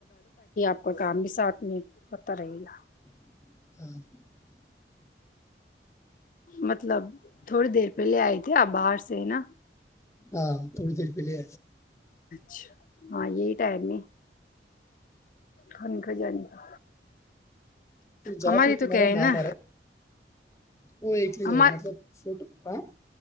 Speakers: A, on the left (about 45°); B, on the left (about 15°).
A: کوئی کام بھی ساتھ میں ہوتا رہے گا
B: <inaudible>
A: مطلب تھوڑی دیر پہلے آئے تھھی آپ باہر سے نا
B: ہاں توڑ تر پ لے
A: چ ہاں یہی ٹائم نہیں کانی کجانی کا
B: جا
A: ہماری
B: پیت
A: تو
B: مارے
A: کیا ہے
B: ن
A: نا
B: مارے وہ ایکلی
A: ہمار
B: ہے مطلب فوٹو ا <inaudible>